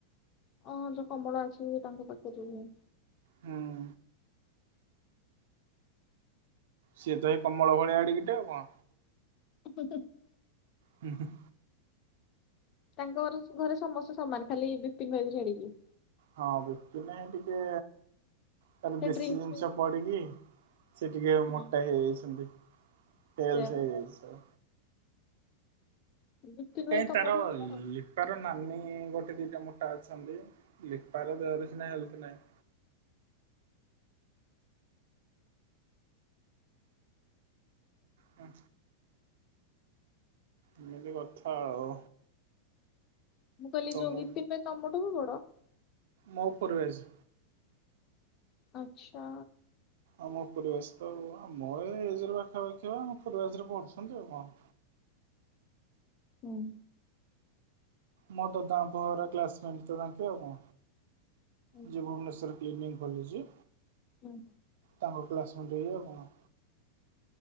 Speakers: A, on the left; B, on the right.
A: ଅଁ ଯୋଉ କମଳା ଅଛି ତାଙ୍କ <unintelligible>
B: ହୁଁ। ସିଏ ତ ହେଇ କମଳ ଭଳିଆ ଏଡିକିଟେ ଆଉ କଣ।
A: <unintelligible>
B: ହୁଁ ହୁଁ।
A: ତାଙ୍କ ଘର ଘରେ ସମସ୍ତେ ସମାନ ଖାଲି ବିପିନ ଭାଇକୁ ଛାଡିକି।
B: ହଁ ବିପିନ୍ ଭାଇ ଟିକେ ତାର
A: ସେ
B: ଦେଶୀ
A: ଡ୍ରିଙ୍କସ
B: ଜିନିଷ
A: ଫିଙ୍କସ
B: ପଡିକି। ସେ ଟିକେ ମୋଟା
A: ହୁଁ
B: ହେଇଯାଇଛନ୍ତି ହେଲ୍ଥ
A: ସେୟାପା
B: ହେଇଯାଇଛି ସ
A: ବିପିନ ଭାଇ
B: କାଇଁ
A: ତମଠୁ
B: ତାର
A: ବି ବଡ?
B: ଇଏ ତାର ନାନୀ ଗୋଟେ ଦିଟା ମୋଟା ଅଛନ୍ତି ଲିପାର ଦେହର ସିନା ହେଲ୍ଥ ନାହିଁ। ହୁଁ। ଏମିତି କଥା ଆଉ।
A: ମୁଁ କହିଲି
B: ତମ
A: ଯୋଉ ବିପିନ ଭାଇ ତମଠୁ ବି ବଡ।
B: ମୋ ଓପୋରୋ ବ୍ୟାଚ୍।
A: ଆଚ୍ଛା।
B: ଆମ ଓପୋରୋ ବ୍ୟାଚ୍ ତ ଆଉ ଆମ ଏଜ୍ ର ପାଖାପାଖି ହବ ଆମ ଅପୋରୋ ବ୍ୟାଚ୍ ରେ ପଢୁଛନ୍ତି ଆଉ କଣ।
A: ହୁଁ।
B: ମୋ ଦଦାଙ୍କ ପୁଅ ଘର କ୍ଲାସମେଟ ତ ତାଙ୍କେ ଆଉ କଁ
A: ହୁଁ।
B: ଯିଏ ଭୁବନେଶ୍ୱରରେ କ୍ଲିନିକ୍ ଖୋଲିଛି।
A: ହୁଁ।
B: ତାଙ୍କ କ୍ଲାସମେଟ୍ ଇଏ ଆଉ କଣ।